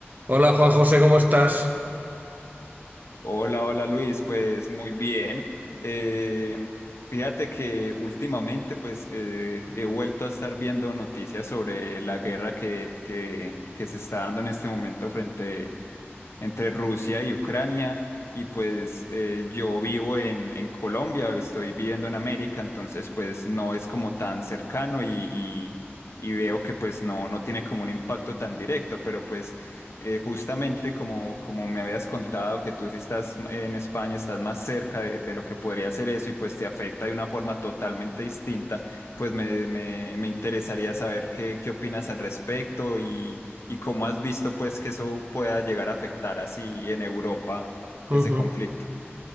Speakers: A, on the right; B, on the left.
A: Hola Juan José, ¿cómo estás?
B: Hola, hola Luis, pues muy bien. Eh, fíjate que últimamente pues eh, he vuelto a estar viendo noticias sobre la guerra que, que, que se está dando en este momento frente entre Rusia y Ucrania y pues eh, yo vivo en, en Colombia, estoy viviendo en América, entonces pues no es como tan cercano y, y, y veo que pues no, no tiene como un impacto tan directo, pero pues... Eh, justamente como, como me habías contado que tú si estás en España, estás más cerca de, de lo que podría ser eso y pues te afecta de una forma totalmente distinta, pues me, me, me interesaría saber qué, qué opinas al respecto y, y cómo has visto pues que eso pueda llegar a afectar así en Europa ese
A: Ujú.
B: conflicto.